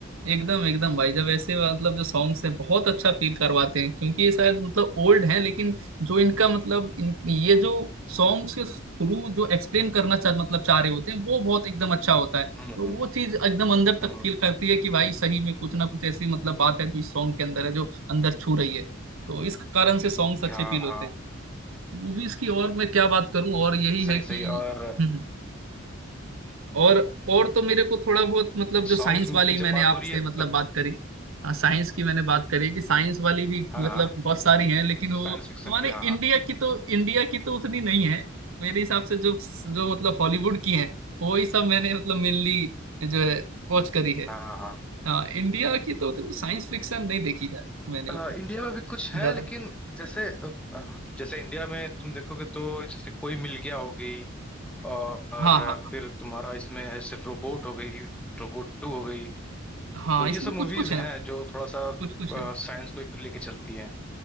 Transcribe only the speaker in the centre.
हम्म
हम्म
हम्म।
हाँ
हाँ
सही
सही और
सॉन्ग्स
में
की
जब बात
हो रही है
तो
हाँ
हाँ
साइंस फिक्शन
की हाँ
हाँ
हाँ हाँ
अ,
इंडिया में भी कुछ है
लेकिन जैसे अ, जैसे इंडिया में तुम देखोगे तो जैसे कोई मिल गया हो गई और
फिर तुम्हारा इसमें है सिर्फ रोबोट हो गई रोबोट टू हो गई
तो ये
सब
मूवीज
हैं जो थोड़ा सा
साइंस
को एक लेके चलती हैं